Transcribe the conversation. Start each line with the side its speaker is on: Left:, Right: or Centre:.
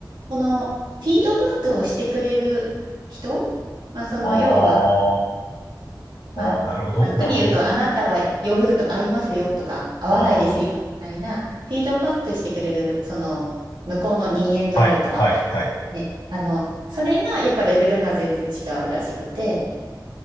Right: このフィードバックをしてくれる人、まあ、その要は、
Left: あ
Right: まあ、
Left: あ、なるほど、
Right: ざっくり言うと、
Left: なるほど。
Right: あなたはヨーグルト合いますよとか、合わないですよみたいな、
Left: あ
Right: フィードバックしてくれる、その向こうの人間というか、
Left: あ、はい、はい、はい。
Right: ね、あの、それがやっぱレベルが全然違うらしくて、